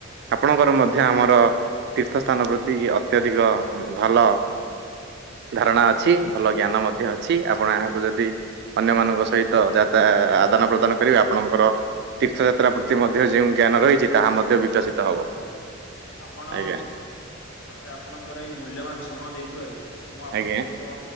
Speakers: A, on the right; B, on the left.
A: ଆପଣଙ୍କର ମଧ୍ୟ ଆମର ତୀର୍ଥ ସ୍ଥାନ ପ୍ରତି ଅତ୍ୟଧିକ ଭଲ ଧାରଣା ଅଛି ଭଲ ଜ୍ଞାନ ମଧ୍ୟ ଅଛି ଆପଣ ଏହାକୁ ଯଦି ଅନ୍ୟ ମାନଙ୍କ ସହି ଯା ତା ଆଦାନ ପ୍ରଦାନ କରି ଆପଣଙ୍କର ତୀର୍ଥଯାତ୍ରା ପ୍ରତି ମଧ୍ୟ ଯୋଉ ଜ୍ଞାନ ରହିଛି ତାହା ମଧ୍ୟ
B: ଧନ୍ୟବାଦ
A: ବିକଶିତ ହବ।
B: ଆପଣ
A: ଆଜ୍ଞା।
B: ମତେ ଆପଣଙ୍କର ଏହି ମୂଲ୍ୟବାନ ସମୟ ଦେଇଥିବାରୁ ମୁଁ ଆପଣଙ୍କ୍‌
A: ଆଜ୍ଞା
B: ଙ୍କ